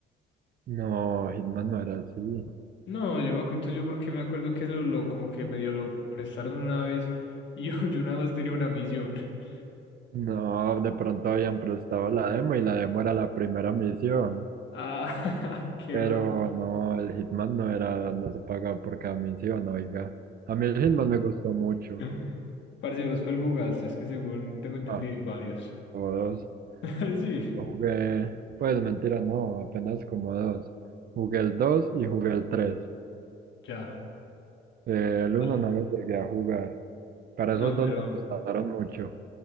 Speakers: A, on the right; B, on the left.
A: No, Hitman no era así.
B: No, yo me acu- entonces yo porque me acuerdo que eso lo, como que medio lo prestaron una vez y <laughs> yo, yo nada más tenía una misión. <laughs>
A: No, de pronto habían prestado la demo y la demo era la primera misión.
B: Ah, <laughs> qué
A: Pero
B: raro.
A: no, el Hitman no era, no se pagaba por cada misión, oiga. A mí el Hitman me gustó mucho.
B: <laughs> Parce, busco el jugaste, es que según tengo entendido
A: Ah,
B: hay varios.
A: todos.
B: <laughs> Sí,
A: Jugué, pues mentira, no, apenas como dos. Jugué el 2 y jugué el 3.
B: ya.
A: el
B: ¿Qué
A: uno
B: tal?
A: no lo llegué a jugar. Para
B: No,
A: esos dos
B: pero
A: me gustaron mucho.